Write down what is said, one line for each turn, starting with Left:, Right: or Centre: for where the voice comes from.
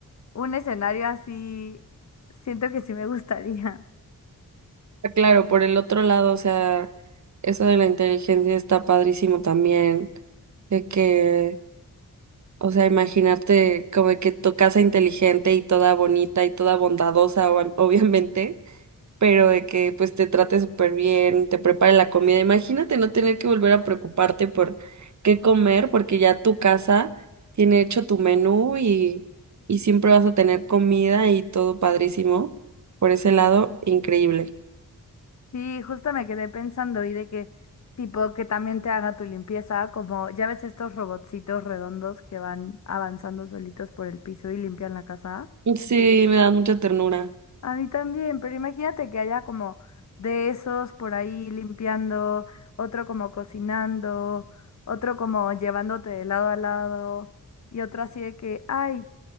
Left: un escenario así, siento que sí me gustaría.
Right: Ah, Claro, por el otro lado, o sea, eso de la inteligencia está padrísimo también, de que, o sea, imaginarte como de que tu casa inteligente y toda bonita y toda bondadosa, ob- obviamente pero de que pues te trate súper bien, te prepare la comida. Imagínate no tener que volver a preocuparte por qué comer, porque ya tu casa tiene hecho tu menú y, y siempre vas a tener comida y todo padrísimo. Por ese lado, increíble.
Left: Sí, justo me quedé pensando y de que tipo que también te haga tu limpieza, como ya ves estos robotcitos redondos que van avanzando solitos por el piso y limpian la casa.
Right: Sí, me da mucha ternura.
Left: A mí también, pero imagínate que haya como de esos por ahí limpiando, otro como cocinando, otro como llevándote de lado a lado y otro así de que, ay,